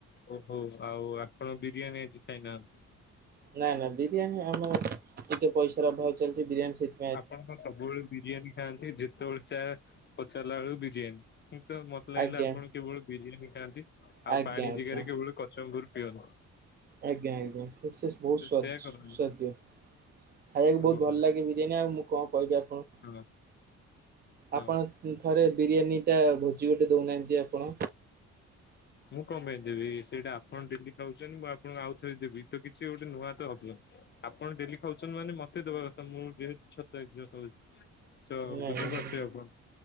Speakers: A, on the left (about 40°); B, on the right (about 30°).
A: ଓହୋ ଆଉ ଆପଣ ବିରିୟାନୀ ଆଜି ଖାଇନାହାନ୍ତି।
B: ନା ନା ବିରିୟାନୀ ଆମେ ଟିକେ ପଇସାର ଅଭାବ ଚାଲିଛି ବିରିୟାନୀ ସେଇଥିପାଇଁ
A: ଆପଣ କଣ ସବୁବେଳେ ବିରିୟାନୀ ଖାଆନ୍ତି, ଯେତେବେଳେ ଯାହା ପଚାରିଲାବେଳକୁ ବିରିୟାନୀ। ତ ମତେ
B: ଆଜ୍ଞା
A: ଲାଗିଲା ଆପଣ କେବଳ ବିରିୟାନୀ ଖାଆନ୍ତି ଆଉ
B: ଆଜ୍ଞା
A: ପାଣି
B: ଆଜ୍ଞା
A: ଜାଗାରେ କେବଳ ଶମ୍ଭରୁ ପିଅନ୍ତି।
B: ଆଜ୍ଞା ଆଜ୍ଞା ସେ ସେ ବହୁତ
A: ସେୟା
B: ସ୍ୱାଦିଷ୍ଟ।
A: କରନି
B: ଖାଇବାକୁ ବହୁତ
A: ଓହୋ
B: ଭଲ
A: ହଁ
B: ଲାଗେ ବିରିୟାନି ଆଉ ମୁଁ କଣ କହିବି ଆପଣଙ୍କୁ।
A: ହଁ ହଁ।
B: ଆପଣ ଥରେ ବିରିୟାନୀଟା ଭୋଜି ଗୋଟେ ଦଉନାହାଁନ୍ତି ଆପଣ।
A: ମୁଁ କମ ପାଇଁ ଦେବି ସେଇଟା ଆପଣ ଡେଲି ଖାଉଛନ୍ତି ମୁଁ ଆପଣଙ୍କୁ ଆଉ ଥରେ ଦେବି ତ କିଛି ଗୋଟେ ନୂଆ ତ ହବନି। ଆପଣ ଡେଲି ଖାଉଛନ୍ତି ମାନେ ମତେ ଦବା କଥା ମୁଁ ଯେହେତୁ <unintelligible> ତ
B: ନାଇଁ
A: ବୁଝି
B: ନାଇଁ
A: ପାରୁଥିବେ ଆପଣ?